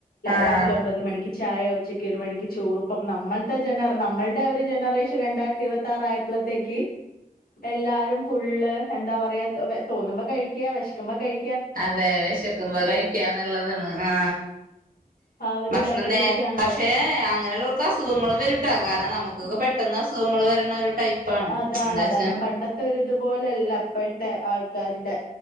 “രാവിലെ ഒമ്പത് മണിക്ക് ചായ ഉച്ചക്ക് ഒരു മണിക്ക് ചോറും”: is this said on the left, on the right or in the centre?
Left